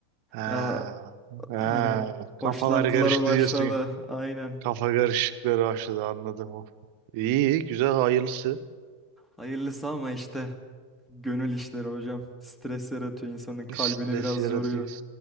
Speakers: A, on the right (about 45°); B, in the centre.
A: Ha,
B: Ya
A: ha.
B: hani hoşlantılara
A: Kafalar karıştı
B: başladı
A: diyorsun.
B: aynen.
A: Kafa karışıkları başladı anladım. o. İyi, iyi, güzel, hayırlısı.
B: Hayırlısı ama işte gönül işleri hocam. Stres yaratıyor insanın kalbini
A: Stres
B: biraz
A: yaratıyor.
B: yoruyor.